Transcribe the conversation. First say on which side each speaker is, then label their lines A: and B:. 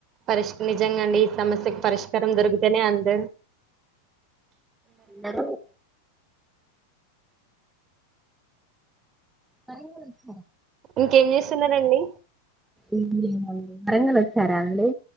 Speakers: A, on the right; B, in the centre.
A: పరిష్ నిజంగా అండి ఈ సమస్యకి పరిష్కారం దొరికితేనే అంద
B: అందర అ
A: ఇంకేం చేస్తున్నారంండి
B: ఏం లేదండి వరంగల్ వచ్చారా అండి